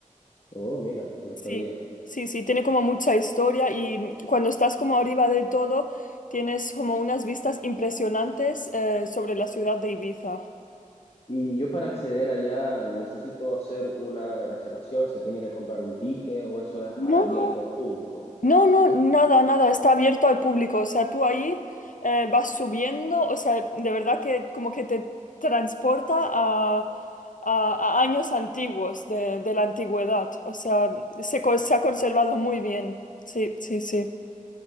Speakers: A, on the left (about 45°); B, on the left (about 70°).
A: oh, mira, no
B: Sí,
A: sabía.
B: sí, sí, tiene como mucha historia y cuando estás como arriba del todo, tienes como unas vistas impresionantes eh, sobre la ciudad de Ibiza.
A: Y yo para acceder allá necesito hacer una reservación, se tiene que comprar un ticket o eso es
B: No,
A: abierto al público.
B: No, no, nada, nada, está abierto al público, o sea, tú ahí eh, vas subiendo, o sea, de verdad que como que te transporta a, a- a años antiguos de, de la antigüedad, o sea, se, co- se ha conservado muy bien, sí, sí, sí.